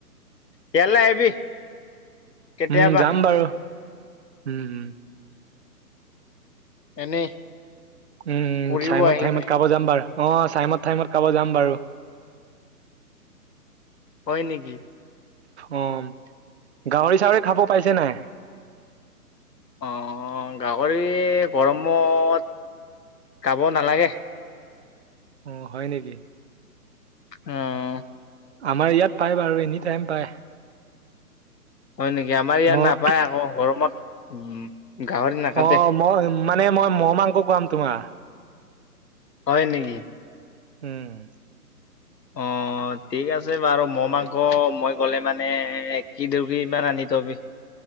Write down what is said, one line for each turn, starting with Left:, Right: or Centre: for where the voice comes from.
Left: ইয়ালে আহিবি কেতিয়াবা
Right: উম যাম বাৰু, উম।
Left: এনেই।
Right: উম
Left: ফুৰিব
Right: চাইমত
Left: আহিবি
Right: ঠাইমত কাব যাম বাৰ অ' চাইমত ঠাইমত কাব যাম বাৰু।
Left: হয় নেকি?
Right: অ' গাহৰি চাহৰি খাব পাইছে নাই?
Left: অ' গাহৰি গৰমত খাব নালাগে।
Right: অ' হয় নেকি?
Left: অ'।
Right: আমাৰ ইয়াত পায় বাৰু এনি টাইম পায়।
Left: হয় নেকি আমাৰ ইয়াত
Right: মই
Left: নাপায় আকৌ ঘৰমত উম গাহৰি নাকাটে
Right: অ' মই মানে মই মহ মাংস খোৱাম তোমাক
Left: হয় নেকি?
Right: উম।
Left: অ' ঠিক আছে বাৰু মহ মাংস
Right: ই-
Left: মই গ'লে মানে মানে কি <unintelligible> কি ইমান আনি তবি।